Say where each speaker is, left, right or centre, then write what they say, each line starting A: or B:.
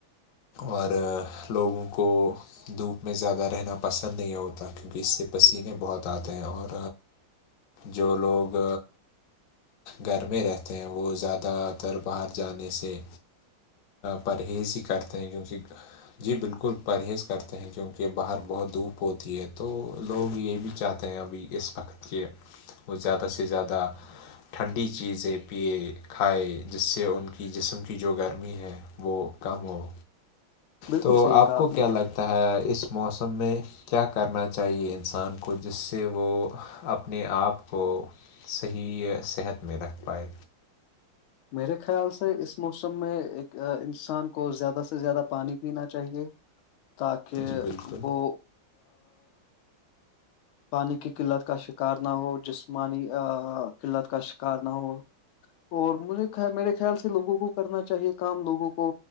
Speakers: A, on the left (about 65°); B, on the left (about 85°).
A: اور لوگوں کو دھوپ میں زیادہ رہنا پسند نہیں ہوتا کیونکہ اس سے پسینے بہت آتے ہیں اور جو لوگ گھر میں رہتے ہیں وہ زیادہ تر باہر جانے سے پرہیز ہی کرتے ہیں کیونکہ جی بالکل پرہیز کرتے ہیں کیونکہ باہر بہت دھوپ ہوتی ہے تو لوگ یہ بھی چاہتے ہیں ابھی اس وقت کے وہ زیادہ سے زیادہ ٹھنڈی چیزیں پیئے کھائے جس سے ان کی جسم کی جو گرمی ہے وہ کم ہو
B: بالکل
A: تو
B: صحیح
A: آپ
B: کہا
A: کو کیا
B: نے
A: لگتا ہے اس موسم میں کیا کرنا چاہیے انسان کو جس سے وہ اپنے آپ کو صحیح صحت میں رکھ پائے
B: میرے خیال سے اس موسم میں ایک انسان کو زیادہ سے زیادہ پانی پینا چاہیے تاکہ
A: جی بالکل
B: وہ پانی کی قلت کا شکار نہ ہو جسمانی قلت کا شکار نہ ہو اور مجھے میرے خیال سے لوگوں کو کرنا چاہیے کام لوگوں کو